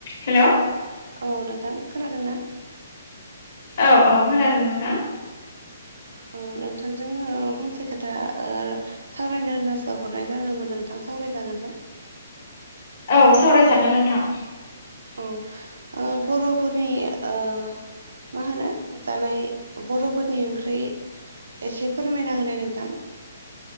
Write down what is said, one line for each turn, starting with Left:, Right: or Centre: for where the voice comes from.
Left: हेल'
Right: औ नोंथां खोनादों ना?
Left: औ-औ खोनादों नोंथां।
Right: औ नोंथांजों फंसे खोथा ओ सावरायनो होनासो हरनाय जादोंमोन नोंथां सावरायजागोन्ना?
Left: औ सावरायजागोन नोंथां।
Right: औ ओ बर'फोरनि ओ मा होनो जानाय बर'फोरनि ओंख्रि एसे फोरमायना होनाय नोंथां?